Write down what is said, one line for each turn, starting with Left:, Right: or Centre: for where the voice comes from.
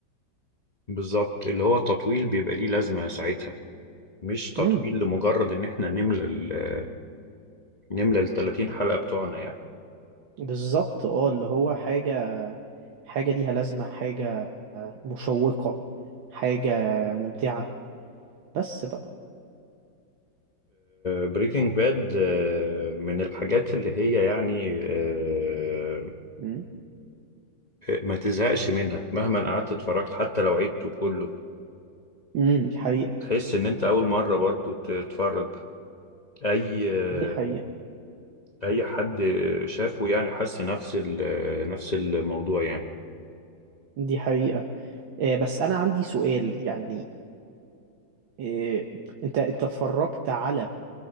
Left: بالظبط اللي هو التطويل بيبقى ليه لازمة ساعتها مش تطويل
Right: امم
Left: لمجرد ان احنا نملى ال آه، نملى ال 30 حلقة بتوعنا يعني
Right: بالظبط اه اللي هو حاجة حاجة ليها لازمة حاجة مشوقة حاجة ممتعة بس بقى
Left: بريكنج باد من الحاجات اللي هي يعني آه،
Right: امم
Left: ما تزهقش منها مهما قعدت اتفرجت حتى لو عدته كله
Right: امم دي حقيقة
Left: تحس ان انت اول مرة برضو تتفرج اي آه،
Right: دي حقيقة
Left: اي حد شافه يعني حس نفس ال- نفس الموضوع يعني
Right: دي حقيقة آه، بس انا عندي سؤال يعني آه، انت انت اتفرجت على